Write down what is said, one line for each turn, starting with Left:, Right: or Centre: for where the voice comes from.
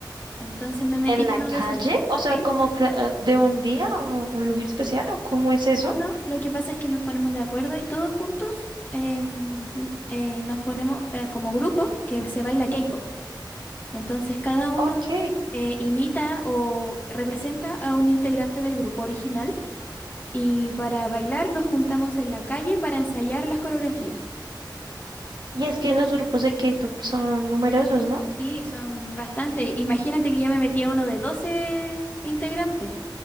Left: Entonces me metí
Right: ¿En
Left: en
Right: la
Left: uno
Right: calle?
Left: de esos.
Right: O sea,
Left: ¿Sí?
Right: como cla- eh, de un día o un lugar especial o cómo es eso?
Left: No, no, lo que pasa es que nos ponemos de acuerdo y todos juntos em, n- eh, nos ponemos eh, como grupo que se baila K-pop. Entonces cada uno
Right: Ok.
Left: eh, imita o representa a un integrante del grupo original y para bailar nos juntamos en la calle para ensayar las coreografías.
Right: Y es que los grupos de K-pop son numerosos, ¿no?
Left: Sí, son bastante. Imagínate que yo me metí a uno de 12 integrantes.